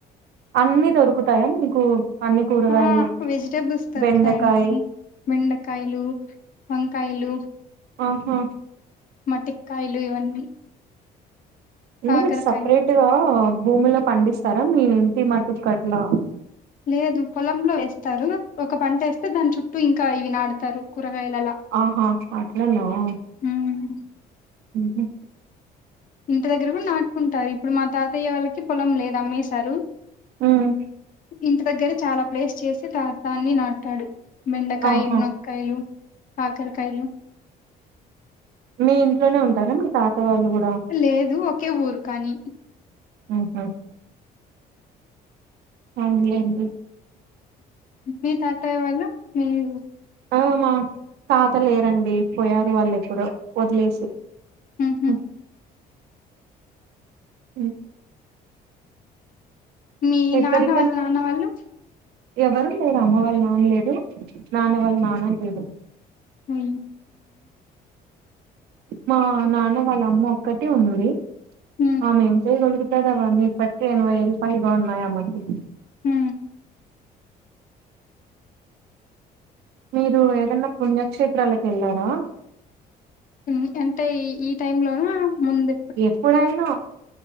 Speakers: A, on the right; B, on the left.
A: అన్ని దొరుకుతాయా మీకు అన్ని కూరగాయలు,
B: ఆ వెజిటేబుల్స్ దొరుకుతాయండి
A: బెండకాయ
B: బెండకాయలు, వంకాయలు
A: ఆహా
B: మటిక కాయలు ఇవన్నీ
A: అంటే
B: కాకరకాయలు
A: మీరు సపరేట్ గా భూమిలో పండిస్తారా, మీ ఇంటి మటుకు అట్లా
B: లేదు పొలంలో వేస్తారు ఒక పంట వేస్తే దాని చుట్టూ ఇంకా ఇవి నాటుతారు కూరగాయలలా,
A: ఆహా అట్లాన్నా హు
B: హ్మ్.
A: హమ్
B: ఇంటి దగ్గర కూడా నాటుకుంటారు, ఇప్పుడు మా తాతయ్య వాళ్ళకి పొలం లేదు అమ్మేశారు
A: ఉమ్
B: ఇంటి దగ్గర చాలా ప్లేస్ చేసి దాన్ని నాటతాడు. బెండకాయ,
A: ఆహా
B: మునగకాయలు, కాకరకాయలు
A: మీ ఇంట్లోనే ఉంటారా మీ తాత వాళ్ళు కూడా
B: లేదు ఒకే ఊరు కానీ
A: ఆహా అవును లెండి
B: మీ తాతయ్య వాళ్ళు మీరూ
A: ఆ మా తాత లేరండి పోయారు వాళ్ళు ఎప్పుడో వదిలేసి,
B: హు హామ్
A: హ్మ్. ఉం
B: మీ
A: ఎక్కడికన్
B: నాన్న వాళ్ళ నాన్న వాళ్ళు
A: ఎవరు లేరు అమ్మ వాళ్ళ నాన్న లేడు నాన్న వాళ్ళ నాన్న లేడు,
B: అయి
A: మా నాన్న వాళ్ళ అమ్మ ఒక్కటే ఉది
B: హ్మ్
A: ఆమె ఏమ్ చెయ్యగలదు, <unintelligible> ఇదవన్ ఇప్పకకి ఎన్వై ఎల్ ఫైద అన్ నయ మంది
B: ఉ
A: మీరు ఏదన్నా పుణ్యక్షేత్రాలకు వెళ్ళారా
B: ఉమ్ అంటే ఈ ఈ టైమ్లోనా ముందు
A: ఎప్పుడైనా